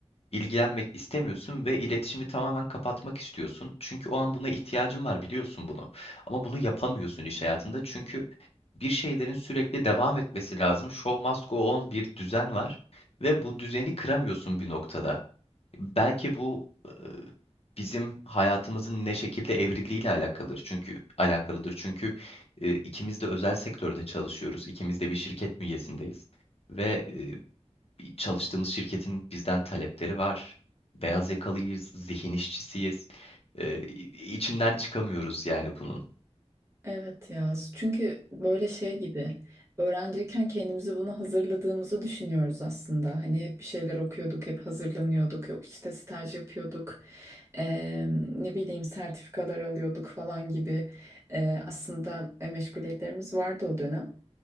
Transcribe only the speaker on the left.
ilgilenmek istemiyorsun ve iletişimi tamamen kapatmak istiyorsun. Çünkü o an buna ihtiyacın var biliyorsun bunu. Ama bunu yapamıyorsun iş hayatında çünkü bir şeylerin sürekli devam etmesi lazım. Show must go on bir düzen var ve bu düzeni kıramıyorsun bir noktada. Belki bu e, bizim hayatımızın ne şekilde evrildiğiyle alakalıdır. Çünkü alakalıdır. Çünkü e, ikimiz de özel sektörde çalışıyoruz. İkimiz de bir şirket bünyesindeyiz. Ve e, bir çalıştığımız şirketin bizden talepleri var. Beyaz yakalıyız, zihin işçisiyiz. Ee, içinden çıkamıyoruz yani bunun.